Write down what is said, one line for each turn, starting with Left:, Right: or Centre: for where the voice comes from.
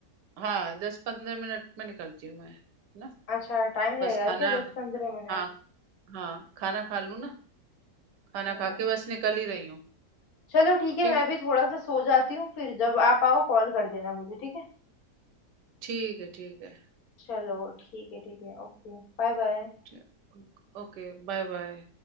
Right: हाँ दस पंद्रह मिनट में निकलती हूँ मैं है ना
Left: अच्छा टाइम लगेगा
Right: बस खाना
Left: क्या दस पंद्रह मिनट
Right: हाँ हाँ खाना खा लूँ ना खाना
Left: हम्म
Right: खा के बस निकल ही रही हूँ
Left: चलो ठीक है
Right: ठीक
Left: मैं
Right: है
Left: भी थोड़ा सा सो जाती हूँ फिर जब आप आओ कॉल कर देना मुझे ठीक है
Right: ठीक है ठीक है
Left: चलो ठीक है ठीक है ओके बाय बाय
Right: ठीक Okay bye bye